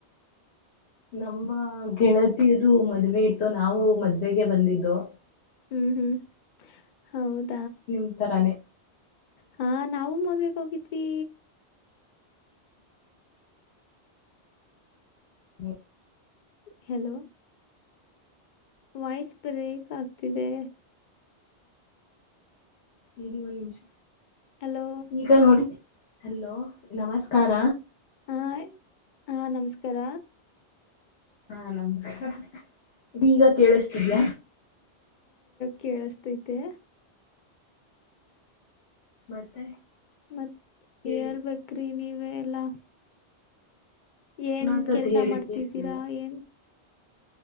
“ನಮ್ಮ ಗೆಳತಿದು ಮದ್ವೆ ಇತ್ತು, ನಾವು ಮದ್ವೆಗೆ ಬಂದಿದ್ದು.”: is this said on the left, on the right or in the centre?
Left